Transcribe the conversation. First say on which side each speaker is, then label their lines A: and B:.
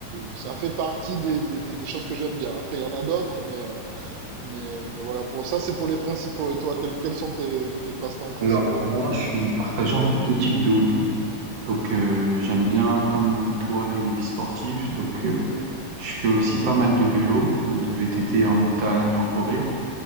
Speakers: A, on the right; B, on the right.
A: ça fait partie des, des, des- des choses que j'aime bien. Après, il y en a d'autres, mais, euh, mais, euh, mais voilà, pour ça, c'est pour les principaux. Et toi, quels, quels sont tes, tes passe-temps principaux?
B: Alors, moi, je suis partagé entre deux types de hobbies. Donc, euh, j'aime bien, comme toi, les hobbies sportifs. Donc, euh, je fais aussi pas mal de vélo, donc de VTT en montagne, en forêt.